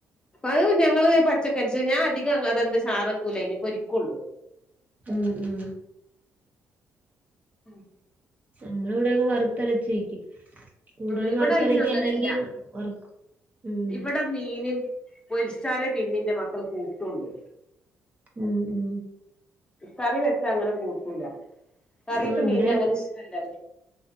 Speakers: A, on the left (about 20°); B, on the right (about 30°).
A: അപ്പ അത് ഞങ്ങള് പച്ചക്കറിച്ച് ഞാൻ അധികം അതെന്താ ചാറക്കൂല അതിനി പൊരിക്കുള്ളു
B: ഉം ഉം
A: ഉം
B: നമ്മള ഇവിടെയൊക്കെ വറുത്തരച്ചിരി ക്കും കൂടുതലും
A: ആഹ് ഇവിടെ
B: വറുത്തരക്കും
A: അയിന് അങ്ങനെല്ല
B: അല്ലെങ്കി വറ് ക്കും ഉം
A: ഇവിടെ മീന് പൊരിച്ചാലേ പിന്നീന്റെ മക്കള് കൂട്ടൊള്ളു
B: ഉം ഉം
A: കറി വെച്ച ങ്ങനെ കൂട്ടൂല കറീത്തെ
B: ആ
A: മീനിനെ
B: ഇവിടെ
A: അങ്ങനെ ഇഷ്ടല്ല